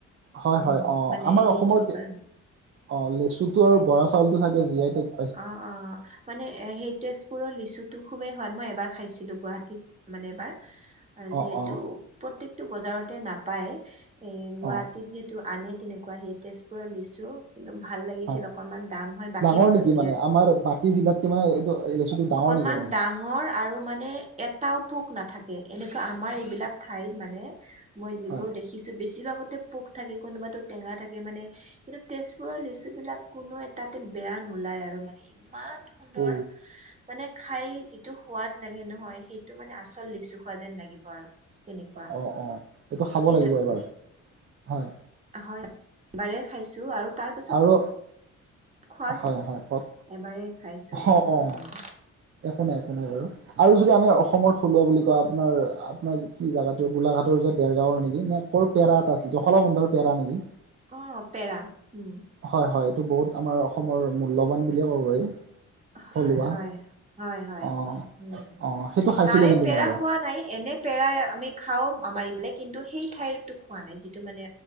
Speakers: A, on the right (about 45°); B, on the right (about 25°).
A: হয়
B: উম
A: হয় অ
B: মানে
A: আমাৰ
B: এই
A: অসমৰ
B: লিচুৰ কাৰণে
A: অ লেচুটো আৰু বৰা চাউলটো চাগে জীয়াই থা-
B: অ অ। মানে সেই তেজপুৰৰ লিচুটো খুবেই সোৱাদ, মই এবাৰ খাইছিলোঁ গুৱাহাটীত মানে এবাৰ।
A: অ
B: যিহেতু
A: অ
B: প্ৰত্যেকটো বজাৰতে নাপায় এ গুৱাহাটীত
A: অ
B: যিট- এইটো আনে তেনেকুৱা সেই তেজপুৰত লিচু কিন্তু ভাল লাগিছিল
A: হয়
B: অকনমান দাম হয় বাকীবোৰত
A: ডাঙৰ নেকি মানে আমাৰ বাকী জিলাতকে মানে এইটো লেচুটো ডাঙৰ
B: অকনমান
A: নেকি অলপমান
B: ডাঙ মোৰ আৰু মানে এটাও পোক নাথাকে, এনেকুৱা আমাৰ এইবিলাক ঠাইত মানে মই যিবোৰ
A: হয়
B: দেখিছোঁ বেছিভাগতে পোক থাকে কোনোবাতো টেঙা থা কে মানে কিন্তু তেজপুৰৰ লিচুবিলাক কোনো এটাতে বেয়া নোলায় আৰু মানে ইমান সুন্দৰ
A: অ
B: মানে খাই যিটো সোৱাদ লাগে নহয়, সেইটো মানে আচল লিচু খোৱা যেন লাগিব আৰু তেনেকুৱা।
A: অঁ অঁ এইটো খাব
B: কিন্তু
A: লাগিব এইবাৰ, হয়
B: হয়, এবাৰে খাইছোঁ আৰু তাৰ পিছত
A: টো,
B: খোৱাৰ
A: হয় হয় কওক
B: এবাৰে খাইছো
A: অ অ
B: উম
A: একো নাই একো নাই বাৰু। আৰু যদি আমাৰ অসমৰ থলুৱা বুলি কোৱা আপোনাৰ আপোনাৰ যি কি জাগাটোৰ গোলাঘাটৰ যে দেৰগাঁৱৰ নেকি নে? কৰ পেৰা এটা আছিল জখলাবন্ধাৰ পেৰা নেকি?
B: অ পেৰা উম
A: হয় হয় এইটো বহুত আমাৰ অসমৰ মূল্যৱান বুলিয়ে ক'ব পাৰি।
B: হয়-হয়,
A: থলুৱা
B: হয়-হয়
A: অ
B: উম,
A: অ সেইটো খাইছিলোঁ
B: তাৰে
A: কিন্তু
B: পেৰা
A: মই এবাৰ
B: খোৱা নাই এনে পেৰা আমি খাওঁ আমাৰ ইফালে কিন্তু সেই ঠাইৰতো খোৱা নাই যিটো মানে